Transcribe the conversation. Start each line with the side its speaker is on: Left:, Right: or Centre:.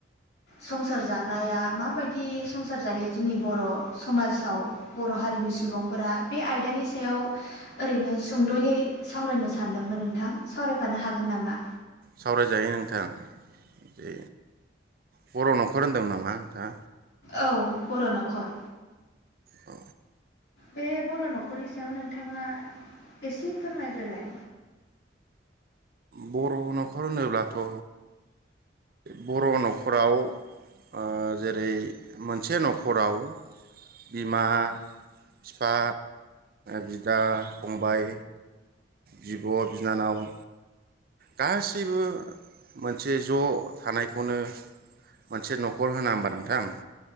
Left: संसार जानाया माबायदि संसार जायो जोंनि बर' समाजाव बर' हारिनि सुबुंफोरा बे आयदानि सायाव ओरैनो सुंद'यै सावरायनो सानदोंमोन नोंथां सावरायफानो हागोन नामा
Right: सावरायजायो नोंथां दे बर' न'खर होनदोंमोन नामा नोंथाङा
Left: औ बर' न'खर
Right: अ
Left: बे बर' न'खरनि सायाव नोंथाङा एसे फोरमायग्रोलाय
Right: बर' न'खर होनोब्लाथ' बर' न'खराव ओ जेरै मोनसे न'खराव बिमा फिफा बिदा फंबाय बिब' बिनानाव गासैबो मोनसे ज' थानायखौनो मोनसे न'खर होना होमबा नोंथां